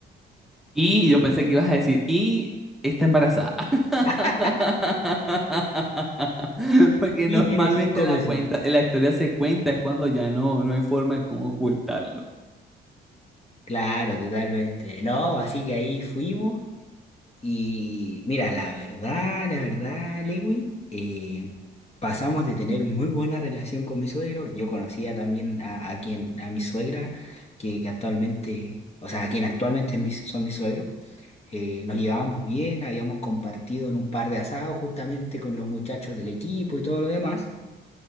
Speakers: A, in the centre; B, on the left.
A: Y yo pensé que ibas a decir, y está embarazada. <laughs>
B: <laughs>
A: Porque
B: Y
A: normalmente
B: tiene cinco
A: la
B: meses.
A: cuenta, la historia se cuenta, es cuando ya no, no hay forma de cómo ocultarlo.
B: Claro, totalmente. No, así que ahí fuimos. Y mira, la verdad, la verdad, Lewin, eh, pasamos de tener muy buena relación con mi suegro. Yo conocía también a, a quien, a mi suegra, que, que actualmente, o sea, a quien actualmente es mi- son mis suegros. Eh, nos llevábamos bien, habíamos compartido en un par de asados justamente con los muchachos del equipo y todo lo demás.